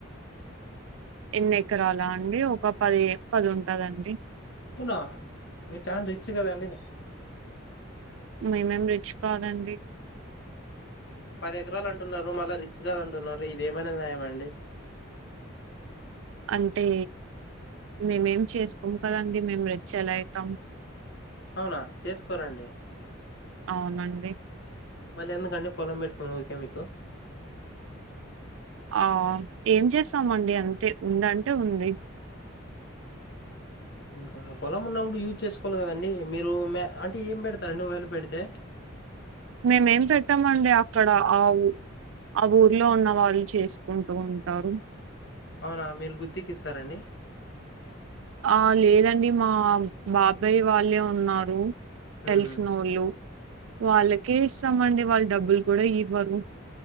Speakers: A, on the right; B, on the left.
A: ఎన్ని ఎకరాల అండి ఒక పది పది ఉంటదండి
B: వునా మీరు చాన్ రిచ్ కదండి
A: మేమేం రిచ్ కాదండి
B: పది ఎకరాలు అంటున్నారు, మళ్ళీ రిచ్ గాదు అంటున్నరు, ఇదిమైనా న్యాయమా అండి?
A: అంటే మేమేం చేసుకోము కదండి, మేము రెచ్ ఎలా అయితం?
B: అవునా చేసుకోరా అండి?
A: అవునండి
B: మళ్ళీ ఎందుకండి పొలం పెట్టుకుని ఊక మీకు?
A: ఆ ఏం చేస్తామండి అంతే ఉందంటే ఉంది.
B: ఇంకా పొలం ఉన్నప్పుడు యూజ్ చేసుకోవాలి కదండి, మీరు మే అంటే ఏం పెడతరండి ఒకవేళ పెడితే?
A: మేమేం పెట్టమండి అక్కడ ఆవు ఆ ఊర్లో ఉన్న వాళ్ళు చేసుకుంటూ ఉంటారు.
B: అవునా మీరు గుత్తికి ఇస్తర అండి?
A: ఆ లేదండి మా బాబాయి వాళ్ళే ఉన్నారు.
B: ఉమ్
A: తెలిసినోళ్ళు,
B: ఉమ్
A: వాళ్ళకే ఇస్తామండి వాళ్ళ డబ్బులు కూడ ఇవ్వరు.